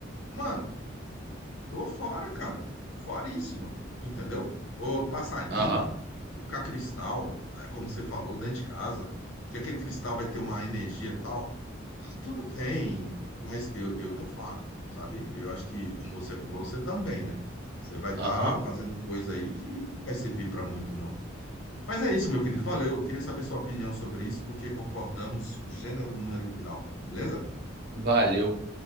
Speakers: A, on the left (about 85°); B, on the right (about 50°).
A: mano. Tô fora, cara. Foríssima, entendeu? Ou Passaíma,
B: Aham.
A: colocar cristal, é como você falou, dentro de casa, que aquele cristal vai ter uma energia e tal. ah, Tudo bem, mas eu, eu tô fora, sabe? Eu acho que, como você falou, você também, né? Você vai estar
B: Aham.
A: fazendo coisa aí que vai servir pra muito, não. Mas é isso, meu querido. Valeu. Eu queria saber sua opinião sobre isso, porque concordamos gênero, número e grau, beleza?
B: Valeu.